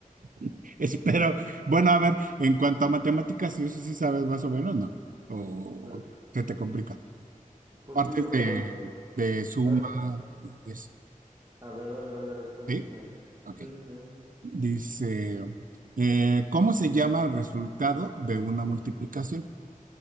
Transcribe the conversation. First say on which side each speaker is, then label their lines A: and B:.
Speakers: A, on the right; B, on the right.
A: <laughs> espero. Bueno, a ver, en cuanto a matemáticas, si eso sí sabes más o menos, ¿no? O
B: Pues,
A: se te complica.
B: un poquito,
A: Partes de,
B: pero...
A: de suma
B: da-
A: y eso.
B: A ver, dale, dale, a ver cuántos
A: Sí,
B: hay.
A: ok.
B: Sí, sí, sí.
A: Dice, eh, ¿cómo se llama el resultado de una multiplicación?